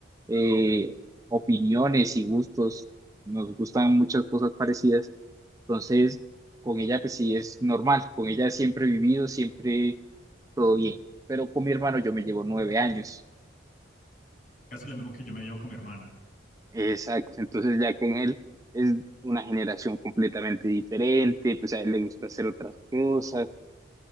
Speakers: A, on the right; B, on the left.
A: eh, opiniones y gustos, nos gustan muchas cosas parecidas, entonces con ella pues sí es normal, con ella siempre he vivido, siempre todo bien, pero con mi hermano yo me llevo nueve años.
B: ok. Casi lo mismo que yo me llevo con mi hermana.
A: Exacto, entonces ya con él es una generación completamente diferente, pues a él le gusta hacer otras cosas.